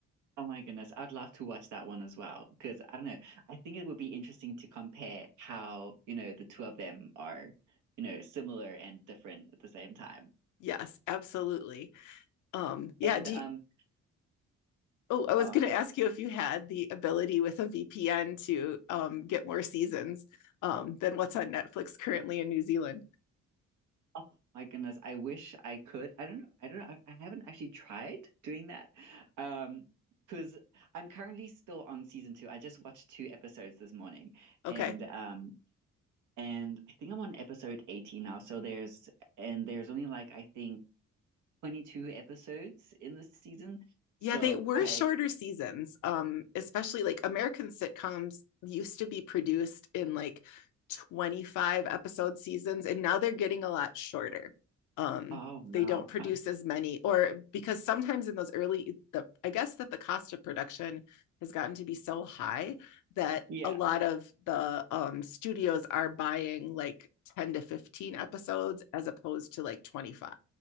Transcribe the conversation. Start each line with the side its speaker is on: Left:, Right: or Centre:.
Right: Oh my goodness. I'd love to watch that one as well because I don't know. I think it would be interesting to compare how, you know, the two of them are, you know, similar and different at the same time.
Left: yes absolutely um yeah
Right: And
Left: do,
Right: um
Left: Oh, I was
Right: oh,
Left: going to ask you if you had the ability with a VPN to um, get more seasons um, than what's on Netflix currently in New Zealand.
Right: oh my goodness, I wish I could. I don't know. I don't know. I, I haven't actually tried doing that. Um because I'm currently still on season two. I just watched two episodes this morning
Left: Okay.
Right: and um and I think I'm on episode 18 now. So there's and there's only like I think 22 episodes in this season. So
Left: Yeah, they were
Right: I,
Left: shorter seasons. Um, especially like American sitcoms used to be produced in like 25 episode seasons, and now they're getting a lot shorter. Um,
Right: oh no,
Left: they don't produce
Right: uh,
Left: as many, or because sometimes in those early, the I guess that the cost of production has gotten to be so high that
Right: yeah,
Left: a lot of the um studios are buying like 10 to 15 episodes as opposed to like 25,